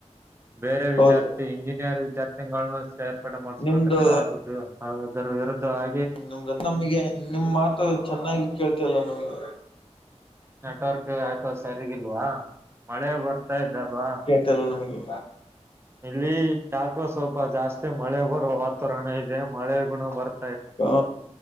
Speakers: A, on the right (about 20°); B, on the left (about 50°).
A: ಬೇರೆ ವಿದ್ಯಾರ್ಥಿ
B: ಹೌದು
A: ಇಂಜಿನಿಯರ್ ವಿದ್ಯಾ ತಿಂಗಳನ್ನ ಸೇರ್ಪಡೆ ಮಾಡಿಸ್ಕೊಂಡಿದ್ದಾರೆ
B: ನಿಮ್ದು
A: ಆದದರ ವಿರುದ್ಧ ಆ
B: ನಮ್ದ ನಮಗೆ ನಿಮ್ ಮಾತು ಚೆನ್ನಾಗಿ ಕೇಳ್ತಲ್ಲ ನಮಗೆ.
A: ನೆಟ್ವರ್ಕ್ ಯಾಕೊ ಸರಿಗಿಲ್ವಾ ಮಳೆ ಬರ್ತಾಯ್ತಲ್ವಾ.
B: ತೆಲ್ಲ ನಮಗೆ.
A: ಇಲ್ಲಿ ಯಾಕೋ ಸ್ವಲ್ಪ ಜಾಸ್ತಿ ಮಳೆ ಬರೊ ವಾತಾವರಣ ಇದೆ ಮಳೆ ಗುಣ ಬರತ್
B: ಹ